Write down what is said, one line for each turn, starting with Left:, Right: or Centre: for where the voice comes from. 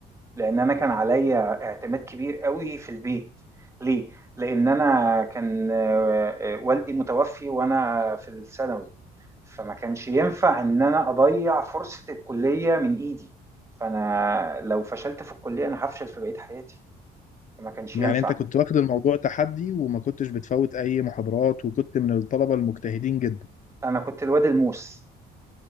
Right: لان انا كان عليا اعتماد كبير قوي في البيت ليه لان انا كان اه، اه، والدي متوفي وانا في الثانوي فما كانش ينفع ان انا اضيع فرصه الكليه من ايدي فانا لو فشلت في الكليه انا هفشل في بقيه حياتي فما كانش
Left: يعني
Right: ينفع
Left: انت كنت واخد الموضوع تحدي وما كنتش بتفوت اي محاضرات وكنت من الطلبة المجتهدين جدا
Right: انا كنت الواد الموس